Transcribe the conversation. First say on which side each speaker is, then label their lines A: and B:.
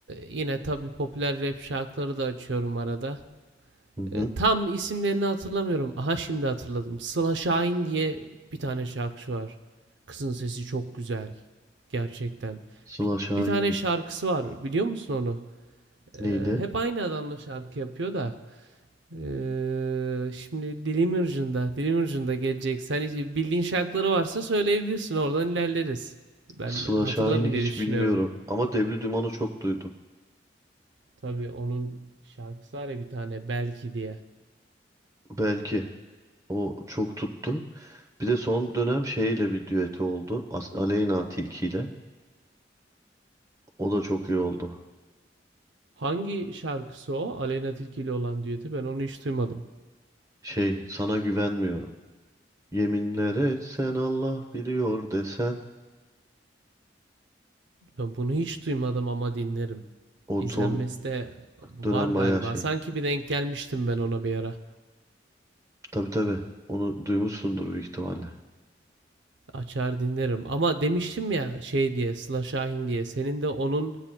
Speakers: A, on the right; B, on the right.
A: yine tabii popüler rap şarkıları da açıyorum arada.
B: hı. hı.
A: Ee, tam isimlerini hatırlamıyorum. Aha şimdi hatırladım. Sıla Şahin diye bir tane şarkıcı var. Kızın sesi çok güzel. Gerçekten.
B: Sıla
A: Bir,
B: Şahin'i.
A: bir tane şarkısı var. Biliyor musun onu? Ee,
B: Neydi?
A: hep aynı adamla şarkı yapıyor da. Ee, şimdi dilim ucunda, dilim ucunda gelecek. Sen hiç- bildiğin şarkıları varsa söyleyebilirsin. Oradan ilerleriz. Ben
B: Sıla
A: hatırlarım
B: Şahin'i hiç
A: diye düşünüyorum.
B: bilmiyorum ama Devli Duman'ı çok duydum.
A: Tabii onun şarkısı var ya bir tane belki diye.
B: Belki o çok tuttu. Bir de son dönem şeyle bir düeti oldu. As- Aleyna Tilki ile. O da çok iyi oldu.
A: Hangi şarkısı o? Aleyna Tilki ile olan düeti ben onu hiç duymadım.
B: Şey sana güvenmiyorum. Yeminler etsen Allah biliyor desen.
A: Ben bunu hiç duymadım ama dinlerim.
B: O
A: İzlenmesi
B: son
A: de var
B: dönem
A: galiba.
B: bayağı şey.
A: Sanki bir denk gelmiştim ben ona bir ara.
B: Tabii tabii. Onu duymuşsundur büyük ihtimalle.
A: Açar dinlerim. Ama demiştim ya şey diye Sıla Şahin diye. Senin de onun